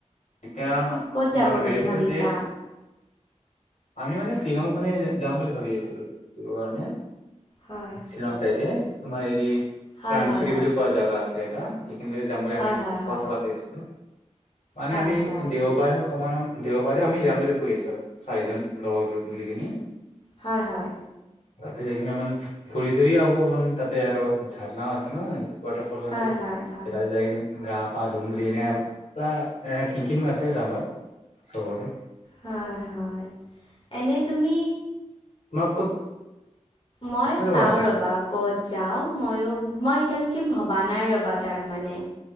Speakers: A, on the left; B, on the left.
A: এতিয়া ম
B: ক'ত যাব
A: মই ভাবি
B: বুলি
A: আছো
B: ভাবিছা?
A: যে আমি মানে শ্বিলংখনে যাম বুলি ভাবি আছিলো কাৰণে
B: হয়
A: শ্বিলং
B: হয়
A: চাইডে তোমাৰ হেৰি
B: হয়
A: কাংচৰি
B: হয় হয়
A: বুলি কোৱা জেগা আছে এটা। সেইখিন যাম বুলি
B: হয়
A: আমি
B: হয় হয়
A: কথা পাতি আছিলো। মানে
B: হয়
A: আমি
B: হয়
A: দেওবাৰে সমানৰ দেওবাৰে আমি যাম বুলি কৈ আছো। চাৰিজন লগৰবোৰ মিলি কিনি
B: হয় হয়
A: তাতে যাই কিনে আমান ফুৰি চুৰি আহো আমান তাতে আৰু ঝাৰণাও আছে নহয় ৱাটাৰ ফল আছে
B: হয় হয় হয়
A: তাতে যাই কেনে। গা পা ধুম দি এনে প এংং আছে আমাৰ চবৰে
B: হয় হয় এনে তুমি
A: তোমাক ক'ত
B: মই
A: ক'ত যাব
B: চাওঁ
A: ভাল লাগে
B: ৰ'বা ক'ত যাও ময়ো মই এতিয়ালৈকে ভবা নাই ৰবা তাৰ মানে